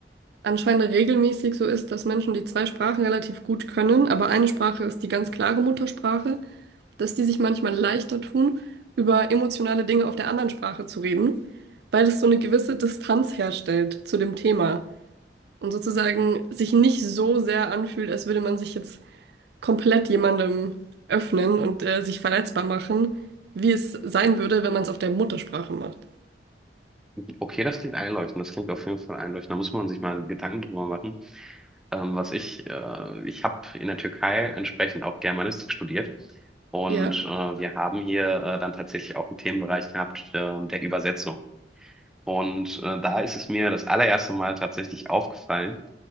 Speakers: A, on the right; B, in the centre.
A: anscheinend regelmäßig so ist, dass Menschen, die zwei Sprachen relativ gut können, aber eine Sprache ist die ganz klare Muttersprache, dass die sich manchmal leichter tun, über emotionale Dinge auf der anderen Sprache zu reden, weil es so eine gewisse Distanz herstellt zu dem Thema und sozusagen sich nicht so sehr anfühlt, als würde man sich jetzt komplett jemandem öffnen und äh, sich verletzbar machen, wie es sein würde, wenn man es auf der Muttersprache macht.
B: Okay, das klingt einleuchtend. Das klingt auf jeden Fall einleuchtend. Da muss man sich mal Gedanken drüber machen. Ähm, was ich, äh, ich habe in der Türkei entsprechend auch Germanistik studiert. Und
A: Ja,
B: äh, wir haben hier äh, dann tatsächlich auch einen Themenbereich gehabt, äh, der Übersetzung. Und äh, da ist es mir das allererste Mal tatsächlich aufgefallen,